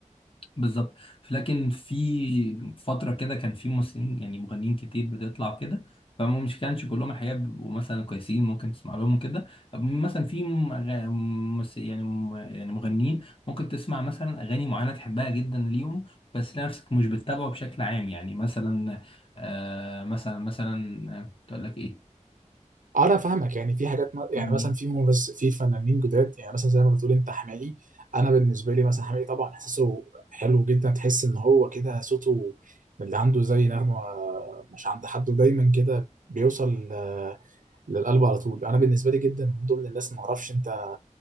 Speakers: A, on the left (about 45°); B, on the right (about 80°).
A: بالظبط لكن في فترة كده كان في ممثلين يعني مغنيين كتير بتطلع كده فما مش كانش كلهم الحقيقة بيبقوا مثلا كويسين ممكن تسمع لهم كده مثلا في م- غ- مس- يعني م- يعني مغنيين ممكن تسمع مثلا أغاني معينة تحبها جدا ليهم بس تلاقي نفسك مش بتتابعه بشكل عام يعني مثلا آه مثلا مثلا آه، كنت أقول لك إيه
B: آه، انا فاهمك يعني في حاجات ما- يعني
A: يعني
B: مثلا في مغز في فنانين جداد يعني مثلا زي ما بتقول انت حماقي انا بالنسبه لي مثلا حماقي طبعا احساسه حلو جدا تحس ان هو كده صوته اللي عنده زي نغمه مش عند حد ودايما كده بيوصل آه، للقلب على طول انا بالنسبه لي جدا من ضمن الناس ما اعرفش انت